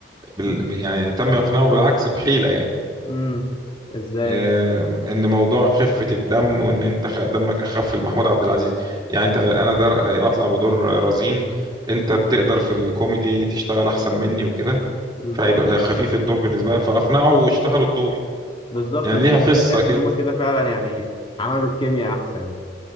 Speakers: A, on the right (about 25°); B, on the left (about 30°).
A: بال...
B: امم
A: يعني تم اقناعه بالعكس بحيلة يعني.
B: أمم. ازاي
A: آه، ان موضوع خفه الدم وان انت خ- دمك اخف لمحمود عبد العزيز يعني انت انا در اطلع بدور رزين انت
B: أمم.
A: بتقدر في الكوميدي تشتغل احسن مني وكده
B: بالظبط
A: فهيبقى خفيف الدور بالنسبه لك فاقنعه واشتغلوا الدور
B: بالظبط
A: يعني
B: بس
A: ليها
B: انا
A: قصه
B: شايف
A: كده
B: ان هم كده فعلا يعني عملوا الكيمياء احسن يعني